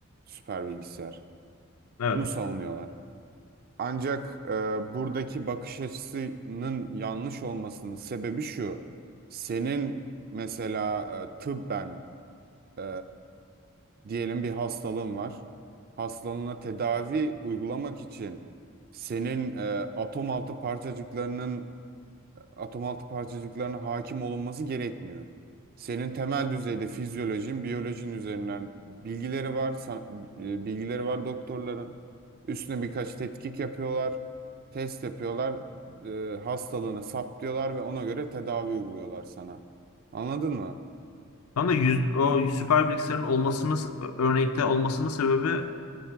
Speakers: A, on the right (about 40°); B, on the left (about 80°).
A: süper bilgisayar.
B: Evet.
A: Bunu savunuyorlar. Ancak e, buradaki bakış açısının yanlış olmasının sebebi şu. Senin mesela e, tıbben e, diyelim bir hastalığın var. Hastalığına tedavi uygulamak için senin e, atom altı parçacıklarının atom altı parçacıklarına hakim olunması gerekmiyor. Senin temel düzeyde fizyolojin, biyolojin üzerinden bilgileri var, san- e, bilgileri var doktorların. Üstüne birkaç tetkik yapıyorlar, test yapıyorlar, e, hastalığını saptıyorlar ve ona göre tedavi uyguluyorlar sana. Anladın mı?
B: Tam da yüz, o süper bilgisayarın olmasının örnekte olmasının sebebi